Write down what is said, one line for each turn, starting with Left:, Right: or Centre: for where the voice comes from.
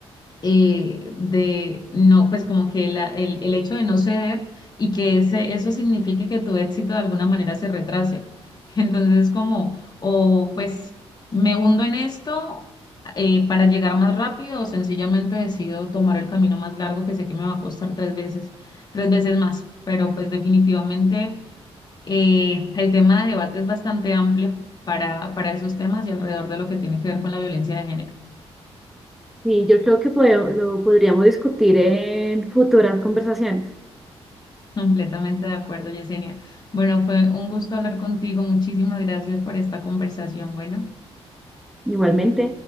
Left: eh, de no, pues como que la- el, el hecho de no ceder y que ese, eso signifique que tu éxito de alguna manera se retrase. <laughs> Entonces es como, o pues me hundo en esto eh, para llegar más rápido o sencillamente decido tomar el camino más largo que sé que me va a costar tres veces, tres veces más. Pero pues definitivamente eh, el tema de debate es bastante amplio para, para esos temas y alrededor de lo que tiene que ver con la violencia de género.
Centre: Sí, yo creo que pode- lo podríamos discutir en futuras conversaciones.
Left: Completamente de acuerdo, Yesenia. Bueno, fue un gusto hablar contigo. Muchísimas gracias por esta conversación. Bueno.
Centre: Igualmente.